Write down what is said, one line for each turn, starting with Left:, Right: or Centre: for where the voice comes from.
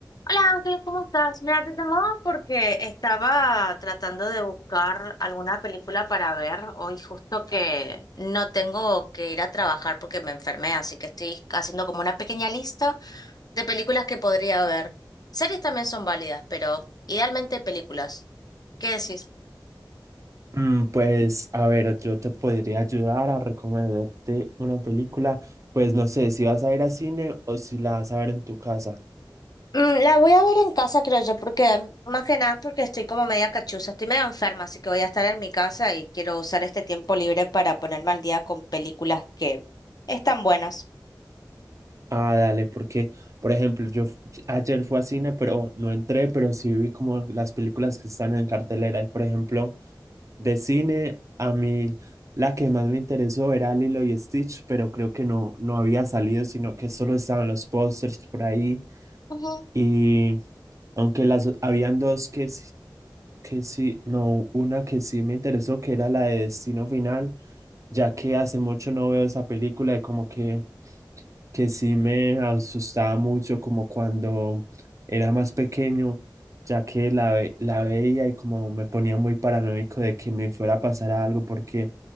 Left: Hola Ángel, ¿cómo estás? Mira, te llamaba porque estaba tratando de buscar alguna película para ver. Hoy justo que no tengo que ir a trabajar porque me enfermé, así que estoy haciendo como una pequeña lista de películas que podría ver. Series también son válidas, pero idealmente películas. ¿Qué decís?
Right: Mm, Pues, a ver, yo te podría ayudar a recomendarte una película. Pues no sé si vas a ir al cine o si la vas a ver en tu casa.
Left: Mm, La voy a ver en casa, creo yo, porque más que nada porque estoy como media cachuza, estoy medio enferma, así que voy a estar en mi casa y quiero usar este tiempo libre para ponerme al día con películas que están buenas.
Right: Ah, dale, porque, por ejemplo, yo f- ayer fui al cine, pero no entré, pero sí vi como las películas que están en cartelera. Y, por ejemplo, de cine, a mí la que más me interesó era Lilo y Stitch, pero creo que no, no había salido, sino que solo estaban los pósters por ahí.
Left: Ujú.
Right: Y aunque las habían dos que sí que sí, no, una que sí me interesó, que era la de Destino Final, ya que hace mucho no veo esa película y como que, que sí me asustaba mucho como cuando era más pequeño, ya que la, ve- la veía y como me ponía muy paranoico de que me fuera a pasar algo, porque